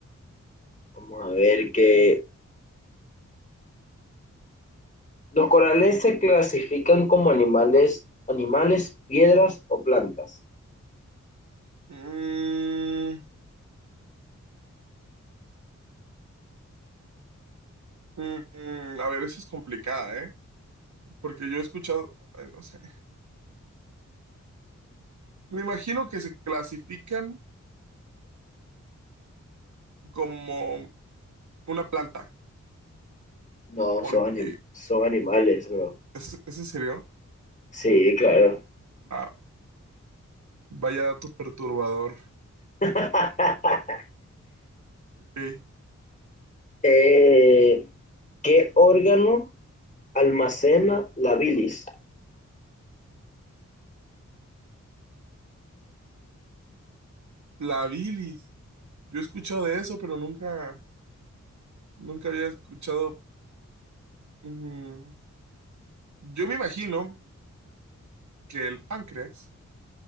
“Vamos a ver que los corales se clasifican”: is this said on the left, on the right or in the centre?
Left